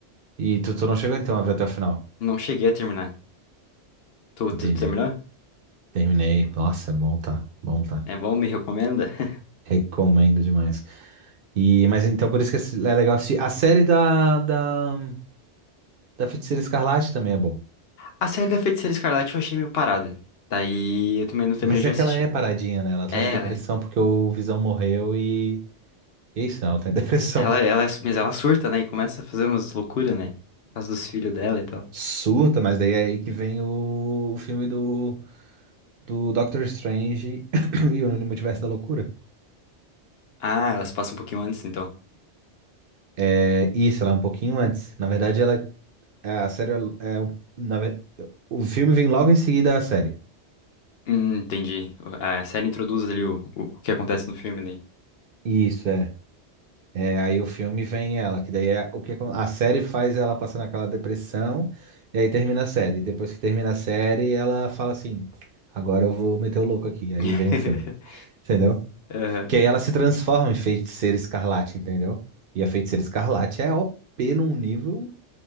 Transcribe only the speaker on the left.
Não cheguei a terminar. Tu, tu,
tu terminou?
É bom? Me recomenda? <laughs>
A série da Feiticeira Escarlate eu achei meio parada. Daí eu também não terminei
de
assistir.
É,
ela, é-
ela, ela, é su- mas ela surta, né? E começa a fazer umas loucuras, né? Por causa dos filhos dela e tal.
Ah, ela se passa um pouquinho antes, então.
Hum, entendi. A série introduz ali o, o, o que acontece no filme daí.
<laughs>
Aham.